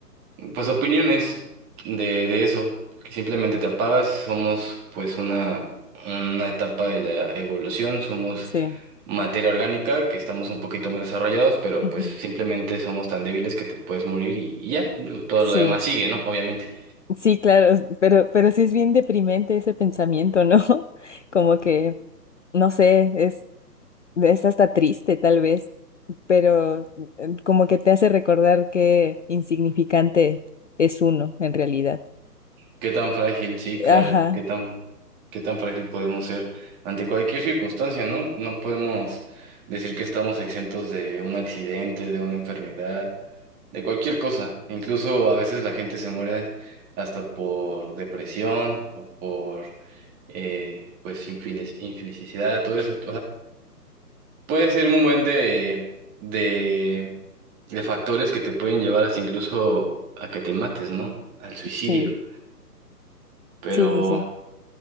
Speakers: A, on the right (about 20°); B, on the left (about 50°).
A: pues opiniones de, de eso, que simplemente te apagas, somos pues una una etapa de la evolución, somos
B: Sí,
A: materia orgánica, que estamos un poquito más desarrollados, pero
B: ujú,
A: pues simplemente somos tan débiles que te puedes morir y, y ya, Digo, todo
B: Sí,
A: lo demás sigue, ¿no? Obviamente.
B: sí, claro, s- pero, pero sí es bien deprimente ese pensamiento, ¿no? <laughs> Como que, no sé, es, es hasta triste tal vez, pero eh, como que te hace recordar qué insignificante es uno en realidad.
A: ¿Qué tan frágil? Sí, claro,
B: Ajá,
A: qué tan, qué tan frágil podemos ser ante cualquier circunstancia, ¿no? No podemos decir que estamos exentos de un accidente, de una enfermedad, de cualquier cosa. Incluso a veces la gente se muere hasta por depresión o por... eh, pues infelic- infelicidad, todo eso, Puede ser un buen de, de, de factores que te pueden llevar hasta incluso a que te mates, ¿no? Al suicidio.
B: sí,
A: Pero,
B: sí, sí, sí.